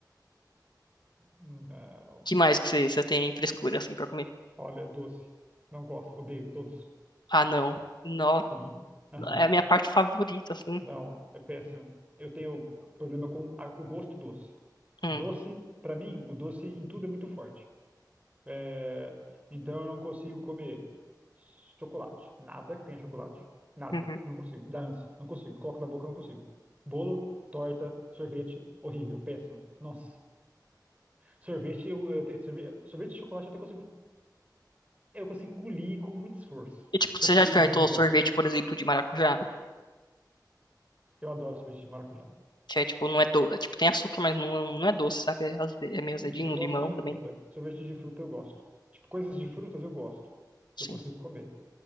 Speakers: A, on the right (about 20°); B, on the left (about 75°).
A: Não.
B: Que mais que você, você tem frescura, assim, pra comer?
A: Olha, doce. Não gosto, odeio todos.
B: Ah, não. Não,
A: Sim. Aham.
B: é a minha parte favorita, assim.
A: Não, é péssimo. Eu tenho problema com a- o gosto doce.
B: Hum,
A: Doce, pra mim, o doce em tudo é muito forte. É, então eu não consigo comer chocolate. Nada que tenha chocolate. Nada.
B: uhum.
A: Não consigo. Dá ânsia. Não consigo. Coloco na boca, não consigo. Bolo, torta, sorvete, horrível, péssimo. Nossa. Sorvete, eu, eu tenho, sorvete, sorvete de chocolate eu até consigo Eu consigo engolir com muito esforço,
B: E, tipo,
A: porque
B: você já
A: ele
B: experimentou
A: desliza.
B: sorvete, por exemplo, de maracujá?
A: Eu adoro sorvete de maracujá.
B: Que é, tipo, não é doce. Tipo, tem açúcar, mas não, não é doce, sabe? É, aze- é meio azedinho,
A: Sim, eu gosto
B: limão
A: de
B: também.
A: fruta. Sorvete de fruta eu gosto. Tipo, coisas de frutas eu gosto.
B: Sim.
A: Eu consigo comer.